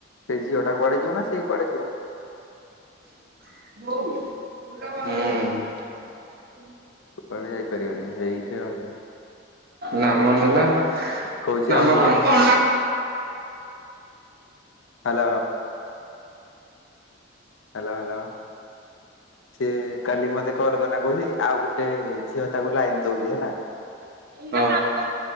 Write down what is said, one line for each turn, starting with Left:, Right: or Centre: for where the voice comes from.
Left: ସେ ଝିଅଟା କୁଆଡେ ଯିବ ନା ସେ କୁଆଡେ ଯିବ
Right: ହୁଁ।
Left: କୁଆଡେ ଯାଇପାରିବନି ସେଇଠି ରହିବ।
Right: ନାମ ନେଲା
Left: କହୁଛି
Right: ନାମ
Left: ଆଉ ଗୋଟେ
Right: କଣ
Left: ହ୍ୟାଲୋ। ହ୍ୟାଲୋ ହ୍ୟାଲୋ ସିଏ କାଲି ମତେ କଲ କଲା କହୁଛି ଆଉ ଗୋଟେ ଝିଅ ତାକୁ ଲାଇନ ଦଉଛି ହେଲା
Right: ହଁ